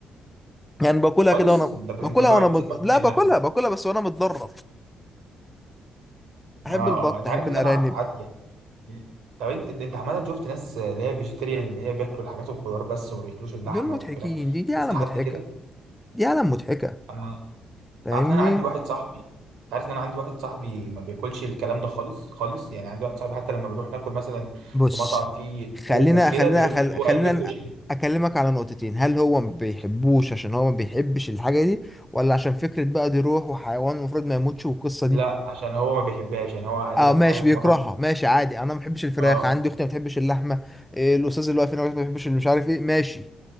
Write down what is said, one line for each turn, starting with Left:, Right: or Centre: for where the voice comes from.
Centre: يعني باكلها
Right: خالص
Centre: كده وانا
Right: انت انت
Centre: باكلها
Right: يبقى
Centre: وانا
Right: من الناس
Centre: مد...
Right: المحبين
Centre: لا باكلها
Right: اللحمه
Centre: باكلها بس وانا متضرر احب
Right: اه
Centre: البط
Right: اه انت
Centre: احب
Right: عارف ان
Centre: الارانب
Right: انا اعرف حد يعني طب انت انت انت عمال شفت ناس اللي هي فيجيتيريان اللي هي بياكلوا الحاجات والخضار بس وما بياكلوش اللحمه
Centre: دول مضحكين
Right: والفراخ
Centre: دي دي
Right: شفت
Centre: عالم
Right: حد
Centre: مضحكه
Right: كده
Centre: دي عالم مضحكه
Right: انا انت
Centre: فاهمني
Right: عارف ان انا عندي واحد صاحبي انت عارف ان انا عندي واحد صاحبي ما بياكلش الكلام ده خالص خالص يعني عندي واحد صاحبي حتى لما بنروح ناكل مثلا
Centre: بص
Right: في مطعم فيه لحوم
Centre: خلينا
Right: وكده
Centre: خلينا
Right: بيروح
Centre: خل...
Right: يجيب هو
Centre: خلينا
Right: علبه
Centre: ن-
Right: كشري
Centre: اكلمك على نقطتين هل هو ما بيحبوش عشان هو ما بيحبش الحاجه دي ولا عشان فكره بقى دي روح وحيوان المفروض ما يموتش والقصه
Right: لا
Centre: دي
Right: عشان هو ما بيحبهاش يعني هو عايز
Centre: اه
Right: اقول لك
Centre: ماشي
Right: حاجه في
Centre: بيكرهها
Right: مره كنت-
Centre: ماشي عادي انا ما بحبش الفراخ
Right: اه
Centre: عندي اختي ما بتحبش اللحمه إيه، الاستاذ اللي واقف هنا ما بيحبش اللي مش عارف ايه ماشي